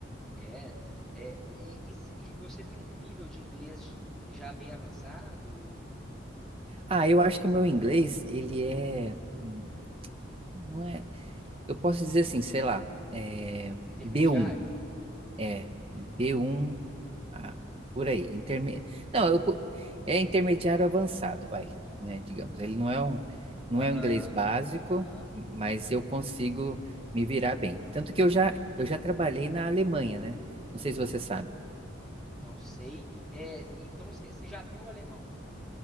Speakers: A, in the centre; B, on the right.
A: É, é e, e, se- e você tem um nível de inglês já bem avançado,
B: Ah, eu acho que o meu inglês, ele é, hum, não é, eu posso dizer assim, sei lá, é
A: intermediário?
B: B1, é, B1 Ah, por aí. Interme... Não, eu pu- é intermediário avançado, vai, né? Digamos. Ele não é um, não
A: Aham,
B: é um inglês básico,
A: aham,
B: mas eu consigo me virar bem. Tanto que eu já, eu já trabalhei na Alemanha, né? Não sei se você sabe.
A: não sei. É, então você você já tem o alemão.